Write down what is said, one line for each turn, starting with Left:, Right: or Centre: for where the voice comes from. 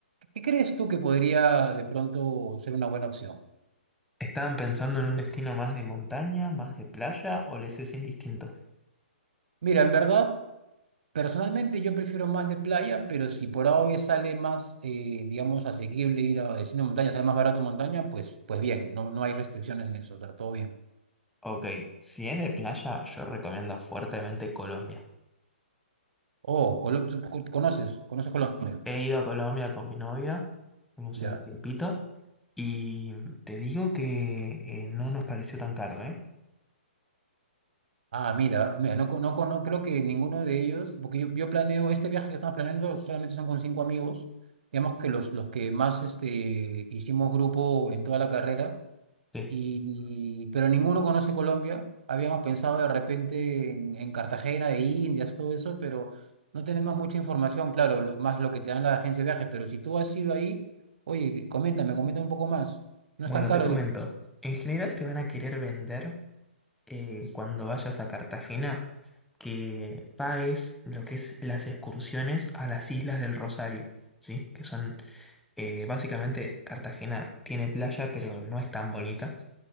Right: ¿qué crees tú que podría de pronto ser una buena opción?
Centre: ¿Estaban pensando en un destino más de montaña, más de playa o les es indistinto?
Right: Mira, en verdad, Personalmente yo prefiero más de playa, pero si por A o B sale más, eh, digamos, asequible ir a destino de montaña, sale más barato montaña, pues, pues bien, no, no hay restricciones en eso, o sea, todo bien.
Centre: Ok, si es de playa, yo recomiendo fuertemente Colombia.
Right: Oh, Colo- ¿tú co- conoces, conoces Colombia.
Centre: He ido a Colombia con mi novia, hemos
Right: Ya.
Centre: ido un tiempito, y te digo que eh, no nos pareció tan caro, ¿eh?
Right: Ah, mira, mira, no, co- no, cono- creo que ninguno de ellos, porque yo, yo planeo, este viaje que estamos planeando solamente son con cinco amigos, digamos que los, los que más este, hicimos grupo en toda la carrera.
Centre: Sí.
Right: Y, pero ninguno conoce Colombia. Habíamos pensado de repente en, en Cartagena, de Indias, todo eso, pero no tenemos mucha información, claro, lo- más lo que te dan las agencias de viajes. Pero si tú has ido ahí, oye, coméntame, coméntame un poco más. No
Centre: Bueno,
Right: es tan caro,
Centre: te comento.
Right: digo.
Centre: En general te van a querer vender. eh, cuando vayas a Cartagena que pagues lo que es las excursiones a las Islas del Rosario, ¿sí? Que son, eh, básicamente, Cartagena tiene playa, pero no es tan bonita.